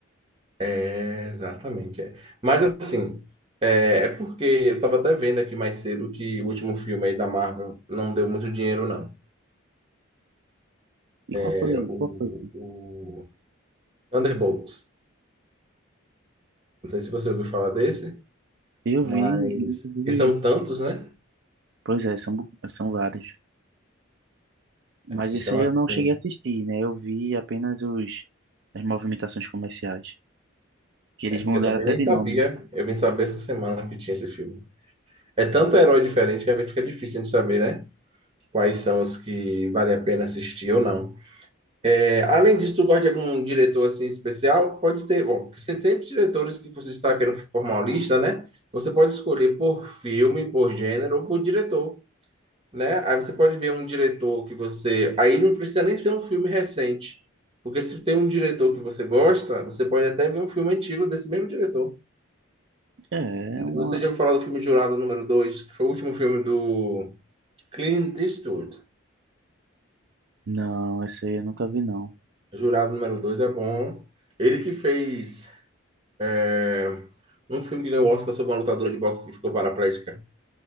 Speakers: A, on the right (about 25°); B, on the right (about 55°).
A: É, exatamente, é. Mas assim, é, é porque eu estava até vendo aqui mais cedo que o último filme aí da Marvel não deu muito dinheiro, não.
B: E qual
A: é
B: foi?
A: o,
B: Qual foi?
A: o Thunderbolts. Não sei se você ouviu falar desse,
B: Eu
A: mas
B: vi, inclusive,
A: porque são tantos, né?
B: pois é, são, são vários. Mas
A: Então,
B: isso aí
A: assim,
B: eu não cheguei a assistir, né? Eu vi apenas os, as movimentações comerciais. Que eles mudaram
A: eu também
B: até
A: nem
B: de
A: sabia.
B: nome.
A: Eu vim saber essa semana que tinha esse filme. É tanto herói diferente que às vezes fica difícil de saber, né? Quais são os que vale a pena assistir ou não. É, além disso, tu gosta de algum diretor assim especial? Pode ter, bom, porque tem sempre diretores que você está querendo formar uma lista, né? Você pode escolher por filme, por gênero ou por diretor. né? Aí você pode ver um diretor que você. Aí não precisa nem ser um filme recente. Porque se tem um diretor que você gosta, você pode até ver um filme antigo desse mesmo diretor.
B: É, uma.
A: Você já ouviu falar do filme Jurado número Dois que foi o último filme do Clint Eastwood.
B: Não, esse aí eu nunca vi, não.
A: Jurado número Dois é bom. Ele que fez é, um filme que ganhou o Oscar sobre uma lutadora de boxe que ficou paraplégica.